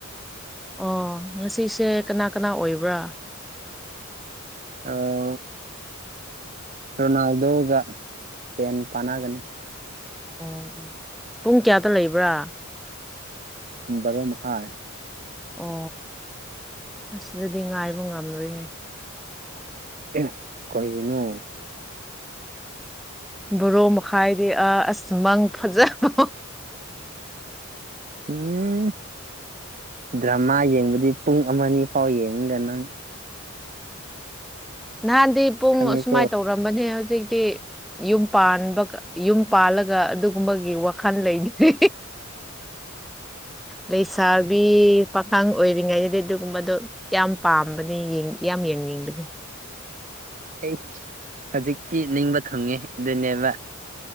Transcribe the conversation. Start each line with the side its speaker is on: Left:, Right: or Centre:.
Centre: ꯑꯣ ꯉꯁꯤꯁꯦ ꯀꯅꯥ ꯀꯅꯥ ꯑꯣꯏꯕ꯭ꯔꯥ
Right: ꯑ ꯔꯣꯅꯥꯜꯗꯣꯒ ꯁ꯭ꯄꯦꯟ ꯄꯥꯟꯅꯒꯅꯤ
Centre: ꯑꯣ ꯄꯨꯡ ꯀꯌꯥꯗ ꯂꯩꯕ꯭ꯔꯥ
Right: ꯕꯥꯔꯣ ꯃꯈꯥꯏ
Centre: ꯑꯣ ꯑꯁ ꯑꯗꯨꯗꯤ ꯉꯥꯏꯕ ꯉꯝꯔꯣꯏꯍꯦ
Right: ꯑꯦ ꯀꯔꯤꯒꯤꯅꯣ
Centre: ꯕꯥꯔꯣ ꯃꯈꯥꯏꯗꯤ ꯑꯥ ꯑꯁ ꯃꯪ ꯐꯖꯕ
Right: ꯎꯝ ꯗ꯭ꯔꯃꯥ ꯌꯦꯡꯕꯗꯤ ꯄꯨꯡ ꯑꯃ ꯑꯅꯤ ꯐꯥꯎ ꯌꯦꯡꯅꯤꯗ ꯅꯪ
Centre: ꯅꯍꯥꯟꯗꯤ ꯄꯨꯡ
Right: ꯈꯪꯉꯦꯀꯣ
Centre: ꯑꯁꯨꯨꯃꯥꯏꯅ ꯇꯧꯔꯝꯕꯅꯦ ꯍꯧꯖꯤꯛꯇꯤ ꯌꯨꯝ ꯄꯥꯟꯕ ꯌꯨꯝ ꯄꯥꯜꯂꯒ ꯑꯗꯨꯒꯨꯝꯕꯒꯤ ꯋꯥꯈꯜ ꯂꯩꯒꯤꯗ꯭ꯔꯦ ꯂꯩꯁꯥꯕꯤ ꯄꯥꯈꯪ ꯑꯣꯏꯔꯤꯉꯩꯗꯗꯤ ꯑꯗꯨꯒꯨꯝꯕꯗꯣ ꯌꯥꯝ ꯄꯥꯝꯕꯅꯤ ꯌꯥꯝ ꯌꯦꯡꯅꯤꯡꯕꯅꯤ
Right: ꯑꯩꯁ ꯍꯧꯖꯤꯛꯇꯤ ꯅꯤꯡꯕ ꯊꯨꯡꯉꯦ ꯑꯗꯨꯅꯦꯕ